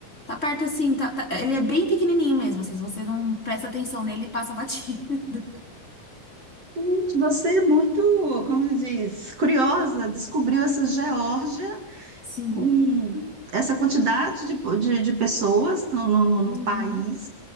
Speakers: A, on the left; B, on the right.
A: Tá perto assim, tá- tá- ele é bem pequenininho mesmo, assim, se você não presta atenção nele, passa batido. <laughs>
B: Gente, você é muito, como diz, curiosa, descobriu essa Geórgia.
A: Sim.
B: com essa quantidade de, de, de pessoas no, no, no- no
A: Uhum.
B: país